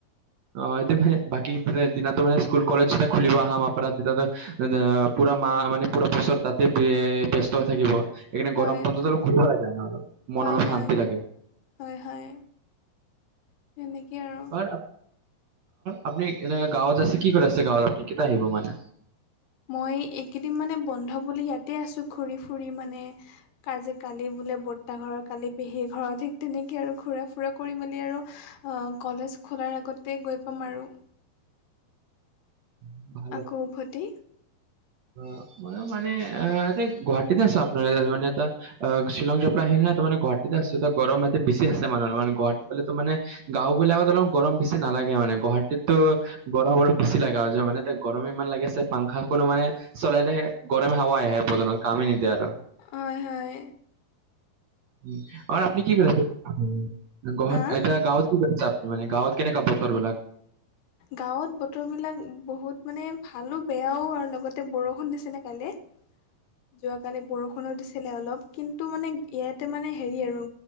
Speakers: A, on the right (about 60°); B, on the left (about 75°).
A: অ', এতিয়া মানে বাকী দিনা মানে স্কুল কলেজ যেতিয়া খুলিব আহা মাহাৰ পৰা তেতিয়া পুৰা মাহ মানে পুৰা বছৰ তাতে ব্যস্ত থাকিব। এইকনে
B: হয়
A: গৰম ঘূৰিব লাগে ন মন
B: হয়
A: অলপ
B: হয়
A: শান্তি লাগে।
B: হয় হয় সেনেকে আৰু।
A: অ', আপুনি এনে গাঁওত আছে কি কৰি আছে গাঁওত আপুনি কেতিয়া আহিব মানে।
B: মই এইকেইদিন মানে বন্ধ বুলি ইয়াতে আছো ঘূৰি ফুৰি মানে। আজি কালি বোলে বৰ্তাঘৰৰ কালি পেহী ঘৰৰ ঠিক তেনেকৈ আৰু ঘূৰা ফুৰা কৰি মেলি আৰু। কলেজ খোলাৰ আগতেই গৈ পাম আৰু।
A: <inaudible>
B: আকৌ উভতি
A: অ', মই মানে গুৱাহাটীত আছে আপোনা মানে আটা। আহ শ্বিলং জোৱো পা আহিল না তাৰে গুৱাহাটতে আছে গৰমতে বেছি আছে মানুহ মানে গুৱাহাটী পাললে ত মানে। গাঁওবলাকত অল গৰম বেছি নালাগে মানে গুৱাহাটীতো গৰম ৰম বেছি লাগা যে মানে। এতিয়া গৰমে ইমান লাগিছে পাংখা কো মানে চলালে। গৰমে হাৱা আহে বজত কামেই নিদিয়ে আৰু।
B: হয় হয়
A: উম আৰু আপনি কি কৰে গুৱাহাটীৰ
B: হা
A: এতিয়া গাঁৱত। কি কৰিছে আপুনি মানে গাঁৱত কেনেকা বতৰ বিলাক।
B: গাঁৱত বতৰ বিলাক বহুত মানে ভালো বেয়াও আৰু লগতে বৰষুণ দিছে কালি
A: <inaudible>
B: যোৱাকালি বৰষুণো দিছিলে অলপ কিন্তু মানে ইয়াতে মানে হেৰি আৰু